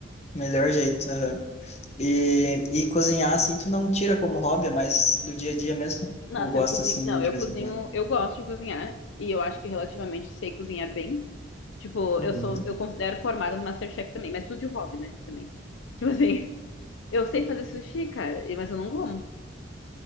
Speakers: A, on the left (about 35°); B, on the left (about 75°).
A: melhor jeito. aham. E, e cozinhar, assim, tu não tira como hobby, é mais do dia a dia mesmo?
B: Nossa,
A: Ou gosta,
B: eu cozinho.
A: assim,
B: Não,
A: de
B: eu
A: vez
B: cozinho.
A: em quando?
B: Eu gosto de cozinhar. E eu acho que relativamente sei cozinhar bem. Tipo,
A: Uhum.
B: eu sou. Eu considero formada no MasterChef também, mas tudo de hobby, né? Também. Tipo assim, eu sei fazer sushi, cara, e- mas eu não como.